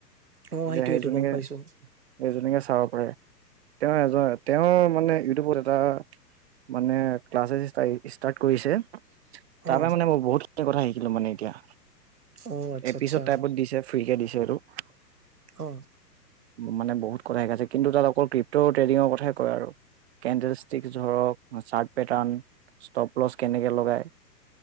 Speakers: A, on the right; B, on the right.
A: অ
B: এতিয়া
A: সেইটোয়েইটো
B: সেইজনীকে-সেইজনীকে
A: গম পাইছো
B: চাব পাৰে। তেওঁ এজন তেওঁৰ মানে ইউটিউবত এটা মানে ক্লাছেছ ষ্টাৰ্ট কৰিছে। তাৰ
A: অ
B: পৰা মানে মই বহুতখিনি কথা শিকিলো, মানে এতিয়া
A: অ আচ্ছা
B: এপিছড
A: আচ্ছা
B: টাইপত দিছে ফ্ৰীকে দিছে। ভিডিঅ টো
A: অ,
B: মানে বহুত কথা শিকাইছে কিন্তু তাত অকল ক্ৰিপটৰ ট্ৰেডিঙৰ কথাই কয় আৰু কেণ্ডেল ষ্টিক, ধৰক চাৰ্ট পেটাৰ্ন ষ্টপলছ কেনেকে ল ডুবাই